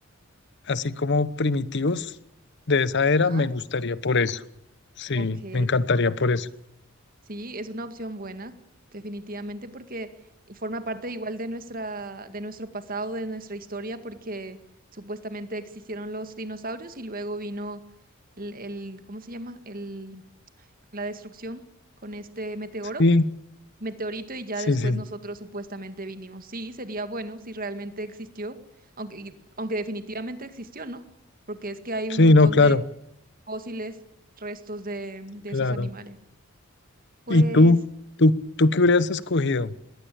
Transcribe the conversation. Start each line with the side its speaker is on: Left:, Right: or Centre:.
Left: así como primitivos de esa
Right: Ajá,
Left: era, me gustaría por eso. Sí,
Right: ok.
Left: me encantaría por eso.
Right: Sí, es una opción buena, definitivamente, porque forma parte igual de nuestra, de nuestro pasado, de nuestra historia, porque supuestamente existieron los dinosaurios y luego vino el, el- ¿cómo se llama? El, la destrucción con este meteoro,
Left: Sí,
Right: meteorito, y ya
Left: sí,
Right: después
Left: sí.
Right: nosotros supuestamente vinimos. Sí, sería bueno si realmente existió, aunque, y- aunque definitivamente existió, ¿no? Porque es que hay un
Left: Sí,
Right: montón
Left: no, claro,
Right: de fósiles, restos de, de
Left: claro.
Right: esos animales. Pues.
Left: ¿Y tú? ¿Tú, tú qué hubieras escogido?